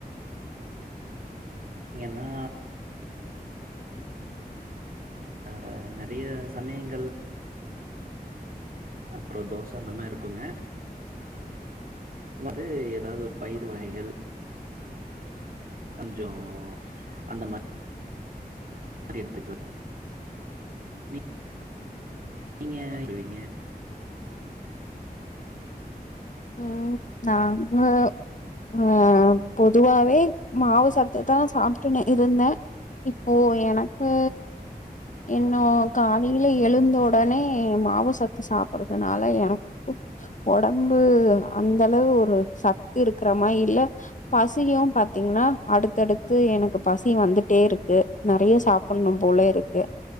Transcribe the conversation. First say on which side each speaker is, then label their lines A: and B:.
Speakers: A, on the right; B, on the left.
A: நீங்க என்னா ஆ நெறைய சமயங்கள் அப்பற தோச அந்த மாரி இருக்குங்க வந்து ஏதாவது ஒரு பயிர் வகைகள் கொஞ்சோ அந்த மாரி அப்டி எடுத்துகு நீ நீங்க செரிங்க
B: ம் நாங்க ஆ பொதுவாவே மாவு சத்து தா சாப்ட்டுன்னு இருந்தே இப்போ எனக்கு இன்னு காலையில எழுந்த ஒடனே மாவு சத்து சாப்றதுனால எனக்
A: ஆ
B: உடம்பு அந்த அளவு ஒரு சத் து இருக்கிறமா இல்ல பசியு பாத்தீங்கன்னா அடுத்தடு த்து எனக்கு பசி வந்துட்டே இருக்கு நெறைய சாப்புன்னு போல இருக்கு